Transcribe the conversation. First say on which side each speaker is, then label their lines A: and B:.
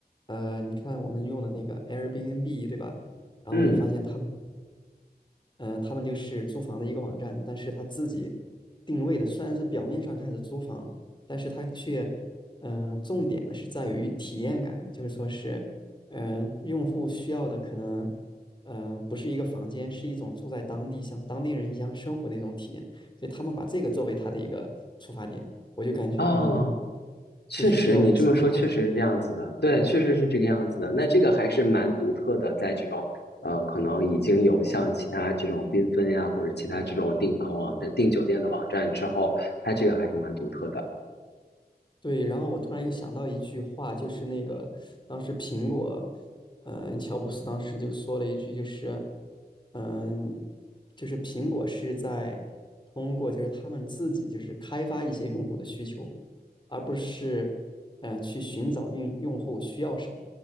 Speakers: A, on the left (about 30°); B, on the left (about 80°).
A: 呃，你看我们用的那个 Airbnb，对吧？然后我就发现他们。
B: 嗯，
A: 嗯、呃他们就是租房的一个网站，但是他自己定位的虽然是表面上看是租房，但是他却，嗯、呃重点的是在于体验感，就是说是，嗯、呃用户需要的可能，呃，不是一个房间，是一种住在当地像当地人一样生活的一种体验，所以他们把这个作为他的一个出发点，我就感觉嗯，
B: 啊，确实，
A: 就是比较新的东西。
B: 你这么说确实是这样子的，对，确实是这个样子的。那这个还是蛮独特的，在这种呃，可能已经有像其他这种缤纷呀，或者其他这种订房网站、订酒店的网站之后，它这个还是蛮独特的。
A: 对，然后我突然又想到一句话，就是那个当时苹果，嗯、乔布斯当时就说了一句，就是，嗯、就是苹果是在通过就是他们自己就是开发一些用户的需求，而不是，嗯、去寻找用用户需要什么，